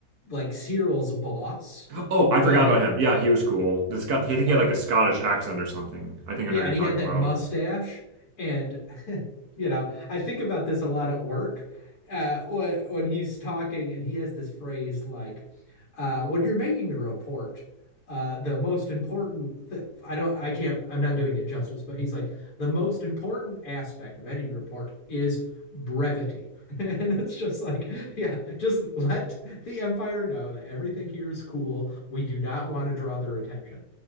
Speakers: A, on the left; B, on the right.
A: like Cyril's boss
B: Oh,
A: when
B: I forgot about him. Yeah, he was cool. The Scot. I think he
A: the
B: had like a Scottish accent or something. I think
A: yeah,
B: I know what
A: and
B: you're talking
A: he had that
B: about.
A: mustache, and <laughs> you know, I think about this a lot at work. Uh, when, when he's talking, and he has this phrase like, uh, "When you're making a report, uh, the most important th I don't, I can't, I'm not doing it justice, but he's like, the most important aspect of any report is brevity, <laughs> and it's just like, yeah, just let the Empire know that everything here is cool. We do not want to draw their attention."